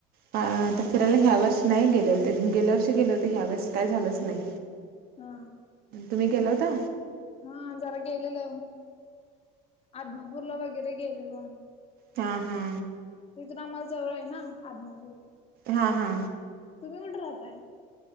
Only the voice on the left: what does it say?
हा
हा जरा गेलेलो आदमापूरला वगैरे गेलेलो आम्ही.
तिथून आम्हाला जवळ आहे ना आदमापूर
तुम्ही कुठं राहताय